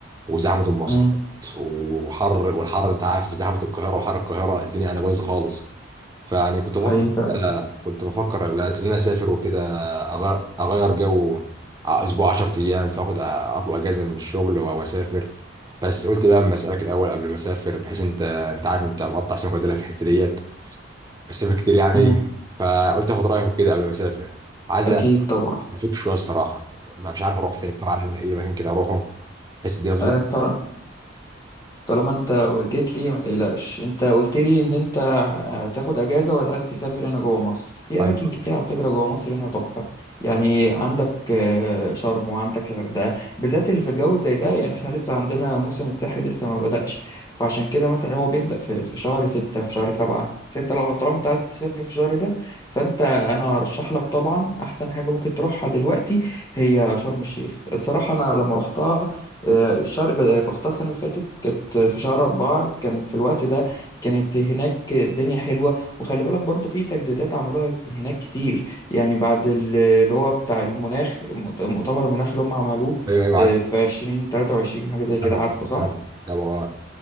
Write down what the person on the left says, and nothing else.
امم
حقيقي فعلا
امم
اكيد طبعا
انت طالما انت جيت لي ما تقلقش انت قلت لي ان انت هتاخد اجازه وعايز تسافر هنا جوه مصر في
اماكن كتير على فكره جوه مصر هنا تحفه يعني عندك آه، شرم وعندك الغردقه بالذات اللي في الجو زي ده يعني احنا لسه عندنا موسم الساحل لسه ما بدأش فعشان كده مثلا هو بيبدأ في في شهر ستة في شهر سبعة بس انت لو طالما انت عايز تسافر في الشهر ده فانت انا هرشح لك طبعا احسن حاجه ممكن تروحها دلوقتي هي شرم الشيخ الصراحه انا لما رحتها آه، الشهر ب- رحتها السنة اللي فاتت كانت في شهر أربعة كان في الوقت ده كانت هناك الدنيا حلوة وخلي بالك برضو في تجديدات عملوها هناك كتير يعني بعد ال- اللي هو بتاع المناخ مؤت- مؤتمر المناخ اللي هم عملوه
آه،
في عشرين تلاتة وعشرين حاجة زي كده
عارفه صح؟